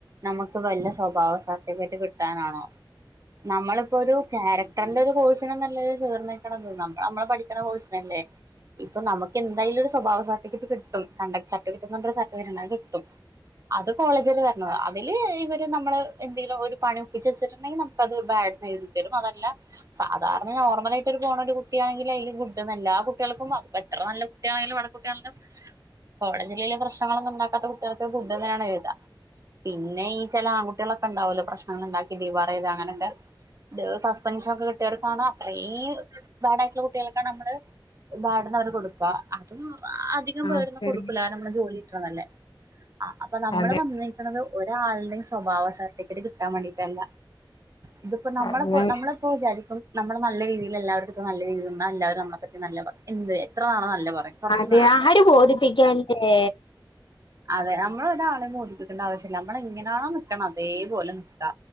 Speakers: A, on the right (about 40°); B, on the left (about 70°).
A: നമുക്ക് വല്ല സ്വഭാവ സർട്ടിഫിക്കറ്റ് കിട്ടാനാണോ നമ്മളിപ്പൊരു ഒരു ക്യാര നല്ലൊരു കോഴ്സിനൊന്നു അല്ലല്ലോ ചേർന്നേക്കണത് നമ്മൾ നമ്മളെ പഠിക്കണ കോഴ്സിനല്ലേ ഇപ്പ നമുക്ക് എന്തായാലും ഒരു സ്വഭാവ സർട്ടിഫിക്കറ്റ് കിട്ടും കണ്ടക്ട് സർട്ടിഫറ്റ് <unintelligible> കിട്ടും അത് കോളേജില് വരണം അതില് ഇ നമ്മള് എന്തിലോ ഒരു പണി ഒപ്പിച്ചു വെച്ചിട്ടുണ്ടെങ്കിൽ നമുക്ക് ബാട് എഴുതി തരും അതല്ല കാരണം നോർമലായിട്ട് പോണൊരു കുട്ടിയാണെങ്കിലും അതില് ഗുഡ്ന്നല്ല അ കുട്ട്യാക്കും അ എത്ര നല്ല കുട്ടിയാണെങ്കിലും <unintelligible> കോളജില്ല പ്രശ്നങ്ങളന്നും ഇണ്ടാക്കാത്ത കുട്ടി ഇ ഗുഡ്ന്നാണ് എഴുതാ പിന്നെ ഈ ചില ആൺകുട്ടികളൊക്കെ ഉണ്ടാവല്ലോ പ്രശ്നങ്ങൾ ഉണ്ടാക്കി <unintelligible> അങ്ങനെയൊക്കെ ഇ സസ്പെൻഷനൊക്കെ കുട്ടികൾക്കാണ് അത്രേയും ബാഡ ആയിട്ടുള്ള കുട്ട്യാള്ക്കാണ് നമ്മള് ബാട്ന്നോര് കൊട്ക്ക അത് അധികം
B: ആഹ്
A: പേരൊന്നും
B: ശരി
A: കൊടുക്കൂല നമ്മളെ ജോല ത്ര ന്നല്ലേ ആ അപ്പൊ നമ്മള്
B: അതെ
A: <unintelligible> ഒരാള്ടേയും സ്വഭാവ സർട്ടിഫിക്കറ്റ് കിട്ടാൻ വേണ്ടിട്ടല്ല ഇതിപ്പോ നമ്മള്പ്പോ
B: അങ്ങനെ
A: നമ്മള്പ്പോ വിചാരിക്കും നമ്മള് നല്ല രീതിയിൽ എല്ലാവരുടത്തും നല്ല രീതിൽ നിന്ന എല്ലാവരും നളെ പറ്റി നല്ല പറയും എന്ത് എത്രാണോ നല്ല പറയും കുറച്ച്
B: അതെ
A: നാള്
B: ആര് ബോധിപ്പിക്കാൻ ഏ
A: അതെ നമ്മളൊരാളെ ബോദിപ്പിക്കേണ്ട ആവശ്യല്ല നമ്മള് എങ്ങനെയാണോ നിക്കണ അതേപോലെ നിക്ക